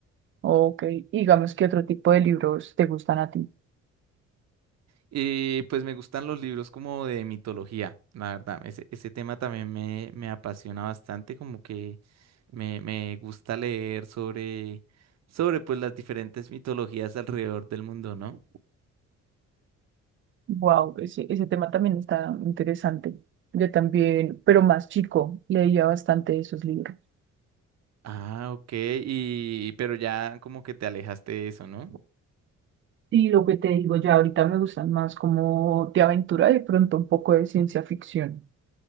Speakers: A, on the right; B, on the right.
A: Ok. Y digamos que otro tipo de libros te gustan a ti.
B: Y pues me gustan los libros como de mitología, la verdad. Ese, ese tema también me, me apasiona bastante, como que me, me gusta leer sobre, sobre pues las diferentes mitologías alrededor del mundo, ¿no?
A: Wow, ese, ese tema también está interesante. Yo también, pero más chico, leía bastante esos libros.
B: Ah, ok, y pero ya como que te alejaste de eso, ¿no?
A: Y lo que te digo, ya ahorita me gustan más como de aventura, de pronto un poco de ciencia ficción.